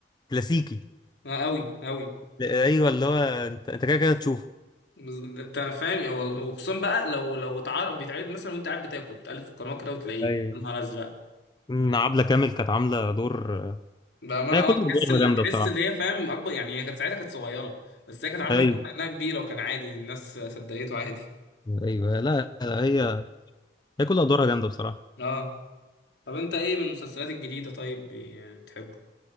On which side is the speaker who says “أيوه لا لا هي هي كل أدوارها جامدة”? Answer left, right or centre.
Left